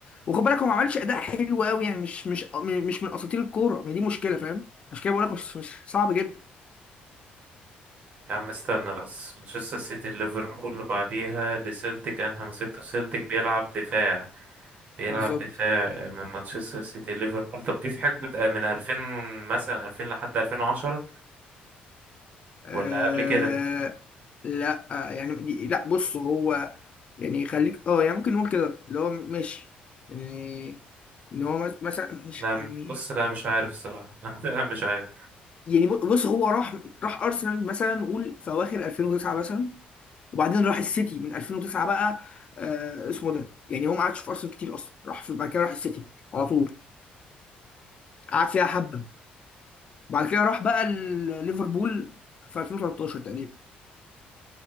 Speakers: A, on the left; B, on the right.
A: وخد بالك هو ما عملش اداء حلو قوي يعني مش مش مش من اساطير الكوره ما دي مشكله فاهم عشان كده بقول لك مش مش صعب جدا
B: يا عم استنى بس مانشستر سيتي ليفربول وبعديها لسيلتيك انهى مسيرته في سيلتيك بيلعب دفاع بيلعب
A: بالظبط
B: دفاع آه، من مانشستر سيتي ليفربول طب دي في حقبة آه، من 2000 مثلا 2000 لحد 2010
A: آه
B: ولا قبل كده
A: لا آه، يعني دي لا بص هو يعني خليك اه يعني ممكن نقول كده اللي هو ماشي يعني ان هو مس- مثلا مش
B: لا
A: يعني
B: م- بص لا مش عارف الصراحة <laughs> لا فعلا مش عارف
A: يعني ب- بص هو راح راح ارسنال مثلا نقول في اواخر 2009 مثلا وبعدين راح السيتي من 2009 بقى آه اسمه ده يعني هو ما قعدش في ارسنال كتير اصلا راح في بعد كده راح السيتي على طول قعد فيها حبه بعد كده راح بقى ال- ليفربول في 2013 تقريبا